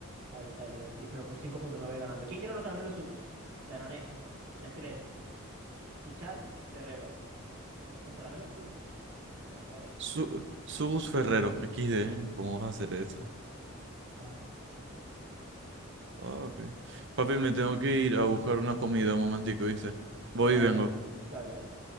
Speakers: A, on the right; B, on the right.
A: Autalia. Dios mío, por cinco puntos me voy ganando. ¿Quién creó los caramelos Sugus? Danone, Nestlé, Suchard, Ferrero. Los caramelos Sugus. No me acuerdo.
B: Su Sugus Ferrero. Aquí de. ¿Cómo vas a hacer eso?
A: Ah,
B: Papi. Papi, me tengo que ir a buscar una comida un momentico, ¿viste? Voy
A: Dale,
B: y vengo.
A: pues. Dale, dale.